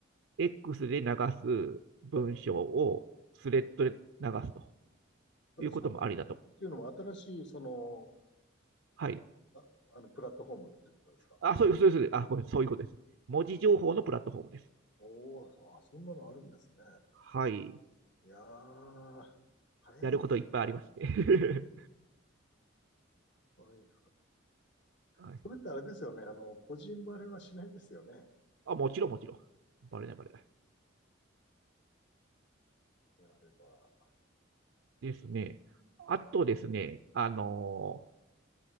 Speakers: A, on the right (about 70°); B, on the left (about 60°).
A: X
B: うん
A: で流す文章をスレッドで流すと
B: はい。はい。あれ、
A: いうこともありだと。
B: そのそれっていうのも新しい、その、
A: はい。
B: あ、あの、プラットフォームってことですか。
A: あ、そういう、そういう、そうあ、ごめん、そういうことです。文字情報のプラットフォームです。
B: お、おーあ、そんなのあるんですね。
A: はい。
B: いやー、早い。
A: やることいっぱいありますね。
B: はいはいはい。
A: <laughs> はい。
B: それってあれですよね。あの、個人バレはしないですよね。
A: あ、もちろん、もちろん。バレない、バレない。
B: であれば。
A: ですね。あとですね、あのー